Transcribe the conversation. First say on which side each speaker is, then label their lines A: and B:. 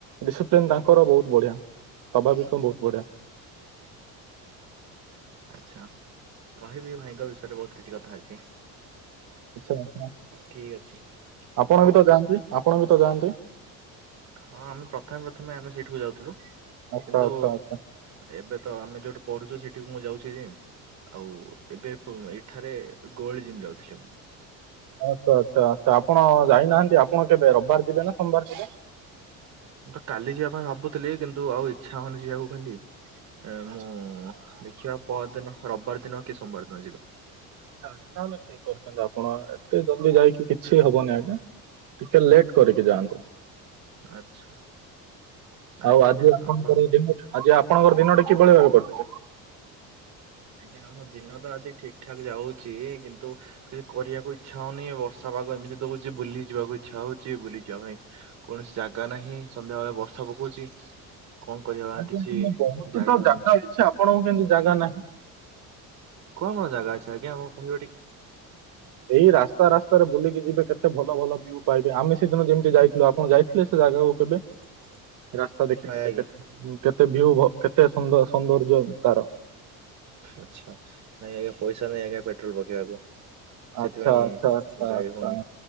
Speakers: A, on the right; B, on the right.
A: ଡିସିପ୍ଲିନ୍ ତାଙ୍କର ବହୁତ ବଢିଆ। ସ୍ଵାଭାବିକ ବହୁତ ବଢିଆ।
B: ଆଛା କହିବି ଭାଇଙ୍କ ବିଷୟରେ ବହୁତ କିଛି କଥା ଅଛି।
A: ଆଛା ଆଛା
B: ଠିକ ଅଛି
A: ଆପଣ
B: ଆଉ
A: ବି ତ ଯାଆନ୍ତି ଆପଣ ବି ତ ଯାଆନ୍ତି?
B: ହଁ ଆମେ ପ୍ରଥମେ ପ୍ରଥମେ ଆମେ ସେଇଠିକୁ ଯାଉଥିଲୁ। କିନ୍ତୁ
A: ଆଚ୍ଛା ଆଚ୍ଛା ଆଚ୍ଛା
B: ଏବେ ତ ଆମେ ଯୋଉଠୁ ପଢୁଛୁ ସେଠି ମୁଁ ଯାଉଛି ଜିମ୍ ଆଉ ଏବେ ଏଠାରେ ଗୋଲ୍ଡ ଜିମ୍ ଯାଉଛି ମୁଁ।
A: ଆଛା ଆଛା ଆଛା ଆପଣ ଯାଇନାହାନ୍ତି ଆପଣ କେବେ ରବିବାର ଯିବେ ନା ସୋମବାର ଯିବେ?
B: ମୁଁ ତ କାଲି ଯିବା ପାଇଁ ଭାବୁଥିଲି କିନ୍ତୁ ଆଉ ଇଚ୍ଛା ହଉନି ଯିବାକୁ କାଲି। ଏ
A: ଆଚ୍ଛା
B: ମୁଁ ଦେଖିବା ପର ଦିନ ରବିବାର ଦିନ କି ସୋମବାର ଦିନ ଯିବା।
A: ଆଛା ଆଛା ତାହେଲେ ଠିକ୍ କରୁଛନ୍ତି ଆପଣ ଏତେ ଜଲଦି ଯାଇକି କିଛି ହବନି ଆଜ୍ଞା। ଟିକେ ଲେଟ୍ କରିକି ଯାଆନ୍ତୁ।
B: ଆଚ୍ଛା ନାଇଁ
A: ଆଉ
B: ଆଜ୍ଞା
A: ଆଜି ଆପଣଙ୍କର
B: ଆମର
A: ଜିମ୍ ଅଛି ଆଜି ଆ ଆପଣଙ୍କର ଦିନଟା କିଭଳି ଭାବରେ କଟୁଛି?
B: ଆଜ୍ଞା ଆମ ଦିନ ତ ଆଜି ଠିକ୍ ଠାକ୍ ଯାଉଛି କିନ୍ତୁ କିଛି କରିବାକୁ ଇଚ୍ଛା ହଉନି ବର୍ଷା ପାଗ ଏମିତି ଦଉଛି ବୁଲି ଯିବାକୁ ଇଛା ହଉଛି ବୁଲିଯିବା ପାଇଁ କୌଣସି ଜାଗା ନାହିଁ ସନ୍ଧ୍ୟାବେଳେ ବର୍ଷା ପ ପକଉଛି। କଣ କରିବା
A: ଆଜ୍ଞା
B: କିଛି
A: ବହୁତ
B: ଜାଣି
A: ତ
B: ହଉନି
A: ଜାଗା ଅଛି ଆପଣଙ୍କର କେମତି ଜାଗା ନାହିଁ।
B: କଣ କଣ ଜାଗା ଅଛି ଆଜ୍ଞା ଆମକୁ କହିବଟି?
A: ଏଇ ରାସ୍ତା ରାସ୍ତାରେ ବୁଲିକି ଯିବେ କେତେ ଭଲ ଭଲ ଭ୍ୟୁ ପାଇବେ ଆମେ ସେଦିନ ଯେମିତି ଯାଇଥିଲୁ ଆପଣ ଯାଇଥିଲେ ସେ ଜାଗା? କଉ କେବେ?
B: <unintelligible>
A: ରାସ୍ତା ଦେଖିଥିଲେ
B: ନାଇଁ ଆଜ୍ଞା
A: କେ କେତେ ଭ୍ୟୁ ଭ କେତେ ସୁନ୍ଦର ସୌନ୍ଦର୍ଯ୍ୟ ତାର।
B: ଆଛା ନାଇଁ ଆଜ୍ଞା ପଇସା ନାଇଁ ଆଜ୍ଞା ପେଟ୍ରୋଲ ପକେଇବାକୁ। ସେଥିପାଇଁ
A: ଆଚ୍ଛା ଆଛା ଆଛା
B: ଯାଇ
A: ଆଛା
B: ହଉନି